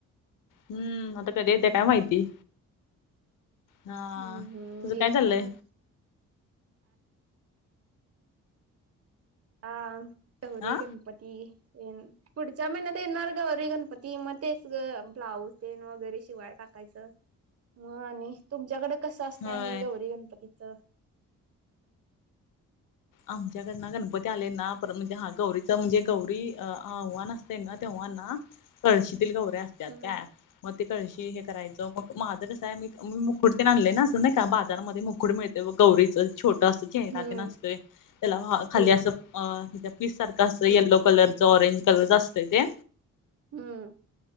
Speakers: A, on the left (about 80°); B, on the right (about 50°).
A: हम्म. आता कधी येत्या काय माहिती. हा
B: हम्म हम्म
A: तुझं
B: येत्याल.
A: काय चाललंय
B: हा गौरी,
A: हा
B: गणपती, पुढच्या महिन्यात येणार गौरी गणपती. हे मग तेच ग ब्लाऊज तेन वगैरे शिवाय टाकायचं मग आणि तुमच्याकडे कसं असते
A: होय
B: आणि गौरी गणपतीचं?
A: आमच्याकडन गणपती आले ना पर म्हणजे हा गौरीचा म्हणजे गौरी आव्हान असते ना तेव्हाना कळशीतील गौऱ्या असतात
B: हम्म
A: काय, मग ते कळशी हे कराय मग माझं कसं आहे म मी मुकुट ते आणलेय ना, असं नाही का बाजारमध्ये मुकुट मिळते गौरीच. छोट असत चेहरा
B: हम्म
A: तेन असतो त्याला खाली
B: होय
A: असं हम्म ते पीस सारखा अस यल्लो कलरचं, ऑरेंज कलरच असतंय ते.
B: हम